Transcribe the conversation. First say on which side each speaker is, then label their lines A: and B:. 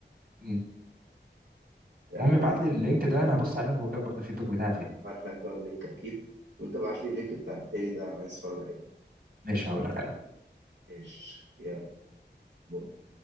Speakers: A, on the right; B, on the right.
A: مم.
B: يعني
A: المهم ابعت لي اللينك ده انا هبص عليه وهقول لك برضه الفيدباك بتاعتي يعني
B: ابعت لك آه، اللينك اكيد وانت ابعت لي اللينك بتاع التاني ده انا عايز اتفرج عليه
A: ماشي هقول لك عليه
B: ايش يلا باي.